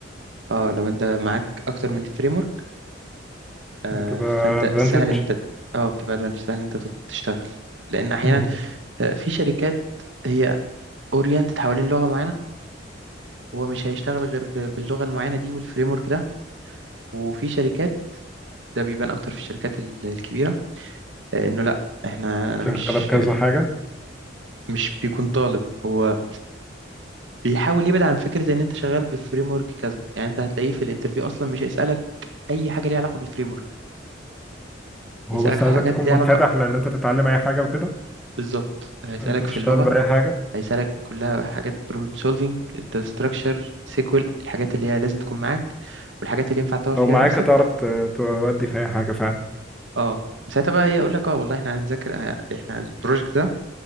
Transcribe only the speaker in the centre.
<laughs> بتبقى
ادفانتج
انت
شغالة
بكذا حاجة
هو
بس
عايزك تكون
منفتح
لأن أنت تتعلم أي حاجة وكده
أنت تشتغل
بأي حاجة
لو
معاك
هتعرف ت- تودي في أي حاجة فعلا